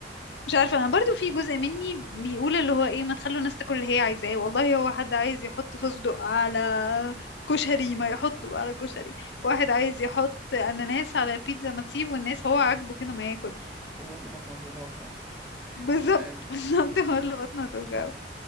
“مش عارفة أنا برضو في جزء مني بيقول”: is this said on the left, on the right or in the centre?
Left